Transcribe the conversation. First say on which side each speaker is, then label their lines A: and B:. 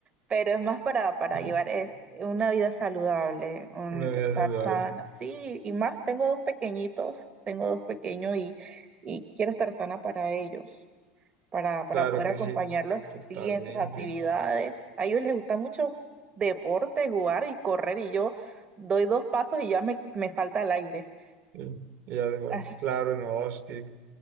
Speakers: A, on the right; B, on the right.
A: pero es más para, para
B: Sí,
A: llevar eh, una vida saludable, un-
B: una vida
A: estar
B: saludable.
A: sana. Sí, y más, tengo dos pequeñitos, tengo dos pequeños y, y quiero estar sana para ellos para, para
B: Claro
A: poder
B: que
A: acompañarlos,
B: sí,
A: sí,
B: totalmente.
A: en sus actividades. A ellos les gusta mucho deporte, jugar y correr, y yo doy dos pasos y ya me, me falta el aire. <laughs>
B: Sí. Y además,
A: Así,
B: claro, no, eso tiene-